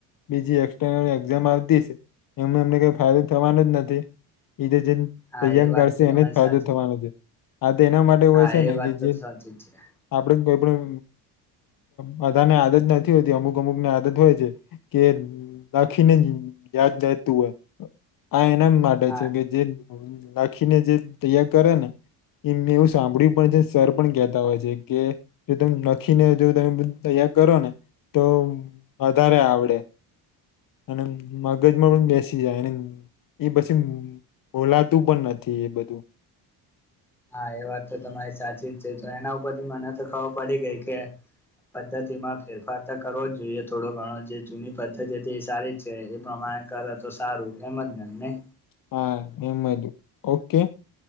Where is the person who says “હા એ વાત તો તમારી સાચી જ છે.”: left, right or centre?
Centre